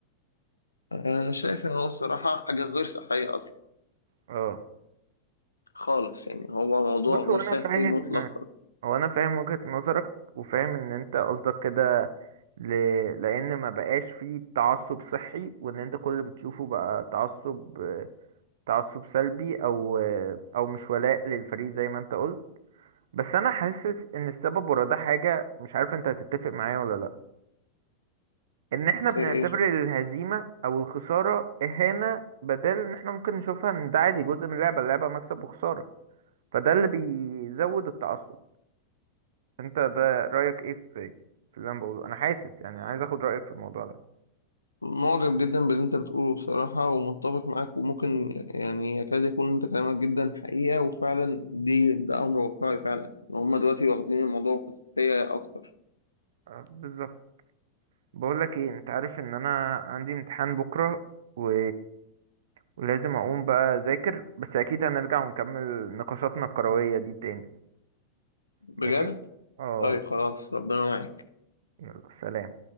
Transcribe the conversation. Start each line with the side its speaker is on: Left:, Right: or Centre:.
Left: أنا شايف إن هو الصراحة حاجة غير صحية أصلا
Right: اه
Left: خالص يعني هو موضوع
Right: بص
Left: غير
Right: هو
Left: صحي
Right: انا فاهم
Left: مطلقا
Right: هو انا فاهم وجهة نظرك وفاهم ان انت قصدك كده ل... لان ما بقاش فيه تعصب صحي وان انت كل اللي بتشوفه بقى تعصب تعصب سلبي او او مش ولاء للفريق زي ما انت قلت بس انا حاسس ان السبب ورا ده حاجة مش عارف انت هتتفق معايا ولا لا ان احنا
Left: زي
Right: بنعتبر
Left: إيه
Right: الهزيمة او الخسارة اهانة بدل ان احنا ممكن نشوفها ان ده عادي جزء من اللعبة اللعبة مكسب وخسارة فده اللي بيزود التعصب انت ده رأيك ايه في في اللي انا بقوله انا حاسس يعني عايز اخد رأيك في الموضوع ده
Left: معجب جدا باللي انت بتقوله بصراحة ومتفق معاك وممكن يعني يكاد يكون انت كلامك جدا حقيقة وفعلا دي ده امر واقعي فعلا ان هم دلوقتي واخدين الموضوع بحساسية اكتر
Right: أه، بالظبط بقول لك ايه انت عارف ان انا عندي امتحان بكرة و... ولازم اقوم بقى اذاكر بس اكيد هنرجع ونكمل نقاشاتنا الكروية دي تاني
Left: بجد
Right: ماشي اه
Left: طيب خلاص ربنا معاك
Right: يلا سلام